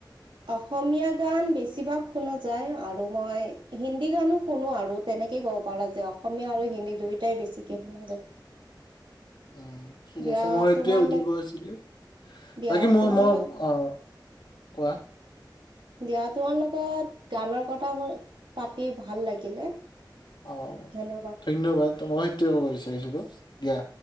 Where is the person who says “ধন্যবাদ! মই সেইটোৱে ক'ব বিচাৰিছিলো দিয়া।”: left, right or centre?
Left